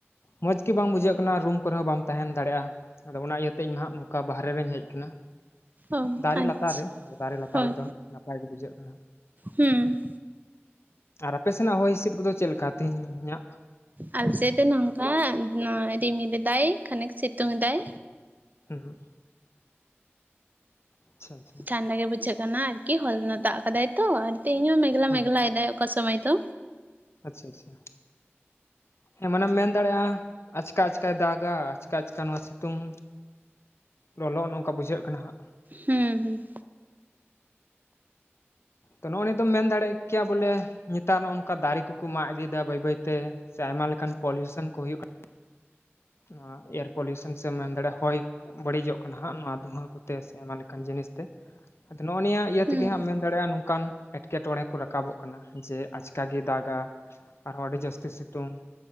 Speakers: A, on the left (about 70°); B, on the right (about 40°).
A: ᱢᱚᱸᱡᱽ ᱜᱮ ᱵᱟᱝ ᱵᱩ ᱡᱷᱟᱹᱜ ᱠᱟᱱᱟ ᱨᱩᱢ ᱠᱚ ᱨᱮ ᱦᱚᱸ ᱵᱟᱢ ᱛᱟᱦᱮᱸᱱ ᱫᱟᱲᱮ ᱭᱟᱜᱼᱟ ᱟᱫᱚ ᱚᱱᱟ ᱤᱭᱟᱹᱛᱮ ᱤᱧ ᱦᱟᱸᱜ ᱱᱚᱝ ᱠᱟ ᱵᱟᱦᱮ ᱨᱮ ᱨᱮᱧ ᱦᱮᱡ ᱠᱟᱱᱟ᱾
B: ᱚ
A: ᱫᱟᱨᱮ
B: ᱟᱪᱪᱷᱟ
A: ᱞᱟᱛᱟᱨ ᱨᱮ ᱫᱟᱨᱮ ᱞᱟᱛᱟᱨ
B: ᱦᱳᱭ
A: ᱨᱮ ᱫᱚ ᱱᱟᱯᱟᱭ ᱜᱮ ᱵᱩᱡᱷᱟᱹᱜ ᱠᱟᱱᱟ᱾
B: ᱦᱩᱸ
A: ᱟᱨ ᱟᱯᱮ ᱥᱮᱱᱟᱜ ᱦᱚᱭ ᱦᱤᱸ ᱥᱤᱫ ᱠᱚ ᱫᱚ ᱪᱮᱫ ᱞᱮᱠᱟ ᱛᱮᱦᱮᱧ ᱟᱜ
B: ᱟᱞᱮ ᱥᱮᱫ ᱫᱚ ᱱᱚᱝ ᱠᱟ ᱨᱤᱢᱤᱞ ᱫᱟᱭ ᱠᱷᱟᱱᱤᱠ ᱥᱤᱛᱩᱝ ᱮᱫᱟᱭ
A: ᱦᱩᱸ ᱦᱩᱸ ᱟᱪᱪᱷᱟ ᱟᱪᱪᱷᱟ ᱦᱩᱸ
B: ᱴᱷᱟᱱᱰᱟ ᱜᱮ ᱵᱩᱡᱷᱟᱹᱜ ᱠᱟᱱᱟ ᱟᱨᱠᱤ ᱦᱚ ᱞᱟ ᱱᱟᱜ ᱫᱟᱜ ᱠᱟᱫᱟᱭ ᱛᱚ ᱟᱨ ᱛᱤᱦᱤᱧ ᱦᱚᱸ ᱢᱮᱜᱞᱟ
A: ᱦᱩᱸ
B: ᱢᱮᱜᱞᱟ ᱮᱫᱟᱭ ᱚᱠᱟ ᱥᱚᱢᱚᱭ ᱫᱚ
A: ᱟᱪᱪᱷᱟ ᱟᱪᱪᱷᱟ ᱦᱮᱸ ᱢᱟᱱᱮ ᱢᱮᱱ ᱫᱟᱲᱮ ᱭᱟᱜᱼᱟ᱾ ᱟᱪᱠᱟ ᱟᱪᱠᱟ ᱫᱟᱜᱽ ᱜᱟ ᱟᱪᱠᱟ ᱟᱪᱠᱟ ᱱᱚᱣᱟ ᱥᱤᱛᱩᱝ ᱞᱚ ᱞᱚ ᱱᱚᱝ ᱠᱟ ᱵᱩᱡᱷᱟᱹᱜ ᱠᱟᱱᱟ ᱦᱟᱸᱜ
B: ᱦᱩᱸ ᱦᱩᱸ
A: ᱛᱚ ᱱᱚᱜᱼᱚᱭ ᱱᱤᱭᱟᱹ ᱫᱚᱢ ᱢᱮᱱ ᱫᱟᱲᱮ ᱭᱟᱜ ᱠᱮᱭᱟ ᱵᱚᱞᱮ ᱱᱮᱛᱟᱨ ᱱᱚᱜ ᱱᱚᱝ ᱠᱟ ᱫᱟᱨᱮ ᱠᱚ ᱠᱚ ᱢᱟᱜ ᱤᱫᱤ ᱭᱮᱫᱟ ᱵᱟᱹᱭ ᱵᱟᱹᱭ ᱛᱮ ᱥᱮ ᱟᱭᱢᱟ ᱞᱮᱠᱟᱱ ᱯᱚᱞᱩ ᱭᱮᱥᱚᱱ ᱠᱚ ᱦᱩᱭᱩᱜ ᱠᱟᱱᱟ᱾ ᱚ ᱮᱭᱟᱨ ᱯᱚᱞᱩ ᱥᱚᱱ ᱥᱮ ᱢᱮ ᱫᱟᱲᱮ ᱦᱚᱭ ᱵᱟᱹᱲᱤ ᱡᱚᱜ ᱠᱟᱱᱟ ᱦᱟᱸᱜ ᱱᱚᱣᱟ ᱫᱩᱸᱦᱟᱹ ᱠᱚ ᱛᱮ ᱥᱮ ᱟᱭᱢᱟ ᱞᱮᱠᱟᱱ ᱡᱤᱱᱤᱥ ᱛᱮ ᱟᱫᱚ ᱱᱚᱭᱼᱟ ᱱᱤᱭᱟᱹ ᱤᱭᱟᱹ
B: ᱦᱩᱸ
A: ᱛᱮ ᱜᱮ ᱦᱟᱸᱜ ᱢᱮᱱ ᱫᱟᱲᱮ ᱭᱟᱜᱼᱟ ᱱᱚᱝ ᱠᱟᱱ ᱮᱴᱠᱮ ᱴᱚᱬᱮ ᱠᱚ ᱨᱟᱠᱟ ᱵᱚᱜ ᱠᱟᱱᱟ ᱡᱮ ᱟᱪᱠᱟ ᱜᱮ ᱫᱟᱜᱟ᱾ ᱟᱨ ᱦᱚᱸ ᱟᱹᱰᱤ ᱡᱟᱹᱥᱛᱤ ᱥᱤᱛᱩᱝ